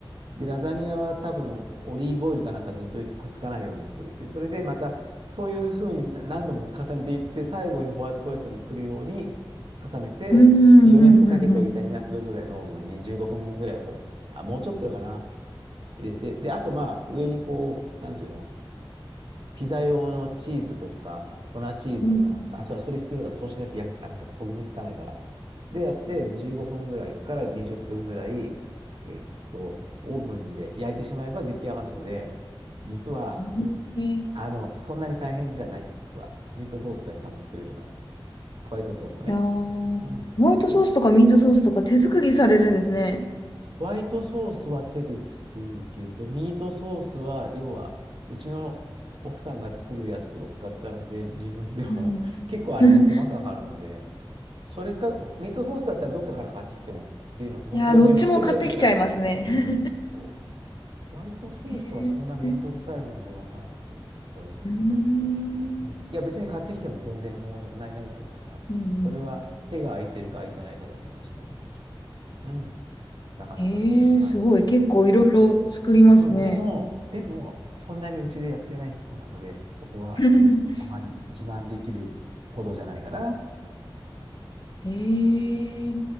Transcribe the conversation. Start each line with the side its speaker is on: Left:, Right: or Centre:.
Right: で、ラザニアは多分オリーブオイルかなんか塗っといてくっつかないようにしといて、それでまたそういうふうに何度も重ねていって、最後にホワイトソースに来るように重ねて、
Left: うーんうんうんうん。
Right: で余熱かけておいた200度ぐらいのオーブンに15分ぐらいほ、あ、もうちょっとかな、入れて、で、あとまあ上にこう、なんていうのピザ用のチーズとか、粉チーズとか、
Left: うん。
Right: あ、そうだ、それ必要だ。そうしないと焼き、あ、なんか焦げ目つかないから。で、やって15分ぐらいから20分ぐらい、えっと、オーブンで焼いてしまえば出来上がるので、実は、
Left: うんへえ。い
Right: あの、そんなに大変じゃない、実は。ミートソースさえちゃんと作れれば。ホワイトソースとね。
Left: やー、ホワイトソースとかミートソースとか手作りされるんですね。
Right: うん。それホワイトソースは手で作るけど、ミートソースは、要は、うちの奥さんが作るやつを使っちゃうんで、自分では
Left: うん。
Right: <laughs> 結構あれでも手間かかるので、
Left: <laughs>
Right: それか、ミートソースだったらどっかから買ってきてもっていうの、僕が自分、
Left: いやー、どっちも買ってきちゃいますね。
Right: 一人でやったら、
Left: <laughs>
Right: うん、そうホワイトソースはそんなめんどくさいものではないので、
Left: へー
Right: 一回やったけど。
Left: うーん、うん
Right: うん、いや、別に買ってきても全然もうない、ないと思います。あの、
Left: うん。
Right: それは手が空いてるか空いてないかだけの違いなんで。うん。なかなかそんな感じで。
Left: へえ、すごい。結構いろいろ作りますね。
Right: うん、でも、でも、そんなにうちでやってない人なので、そこはあまり自慢できるほどじゃないかな。
Left: <laughs> へえ。